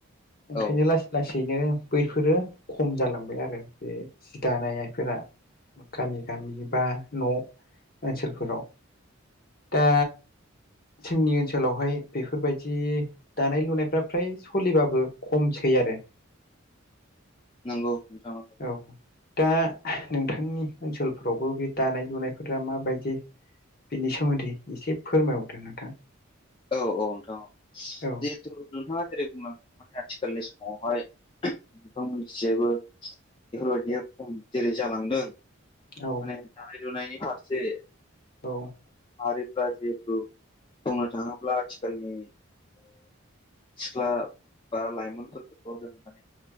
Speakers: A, on the left; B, on the left.
A: ओंखायनो
B: औ
A: लासै लासै बिदिनो बैफोरो खम जालांबाय आरो बे जि दानायनायफोरा गामि गामि बा न' ओनसोलफोराव दा जोंनि ओनसोलावहाय बेफोरबायदि दानाय लुनायफ्रा फ्राय सोलिबाबो खमसै आरो
B: नंगौ नोंथां औ
A: औ दा नोंथांनि ओनसोलफोरावबो बे दानाय लुनायफोरा माबायदि बिनि सोमोन्दै एसे फोरमायहरदो नोंथां
B: औ औ नोंथां औ
A: औ
B: जिहेथु नोंथाङा जेरै बुंनांगोन माने आथिखालनि समावहाय नोंथांमोनथिंबो बेफोरबायदिया खम जेरै जालांदों
A: औ
B: माने दानाय लुनायनि फारसे
A: औ
B: आरो जिहेतु बुंनो थांङोब्ला आथिखालनि सिख्ला बा लाइमोनफोरखौ जों माने